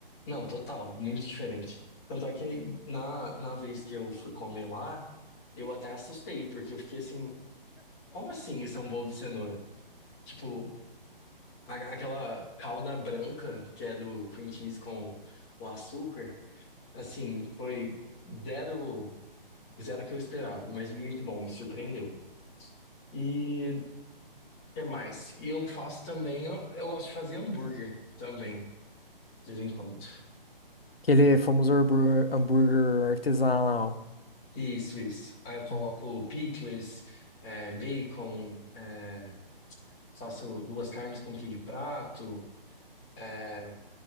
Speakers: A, in the centre; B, on the left (about 80°).
A: Não, total, muito diferente. Tanto é que na, na vez que eu fui comer lá, eu até assustei, porque eu fiquei assim, como assim isso é um bolo de cenoura? Tipo, a- aquela calda branca que é do cream cheese com o açúcar, assim, foi zero, zero que eu esperava, mas muito bom, me surpreendeu. E o que mais? E eu faço também, eu, eu gosto de fazer hambúrguer também, de vez em quando.
B: Aquele famoso hambúrguer, hambúrguer artesanal.
A: Isso, isso. Aí eu coloco
B: Hum,
A: picles, é, bacon, é, faço duas carnes com queijo prato, é,